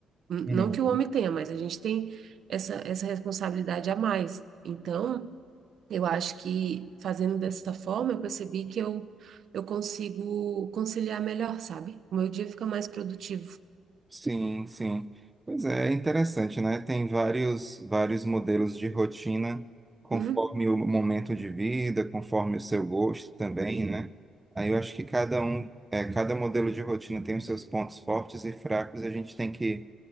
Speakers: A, on the right; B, on the right.
A: N-
B: Uhum.
A: Não que o homem tenha, mas a gente tem essa, essa responsabilidade a mais. Então, eu acho que fazendo dessa forma, eu percebi que eu, eu consigo conciliar melhor, sabe? O meu dia fica mais produtivo.
B: Sim, sim. Pois é, é interessante, né? Tem vários, vários modelos de rotina, conforme
A: Uhum.
B: o momento de vida, conforme o seu gosto também, né? Aí eu acho que cada um, é, cada modelo de rotina tem os seus pontos fortes e fracos, e a gente tem que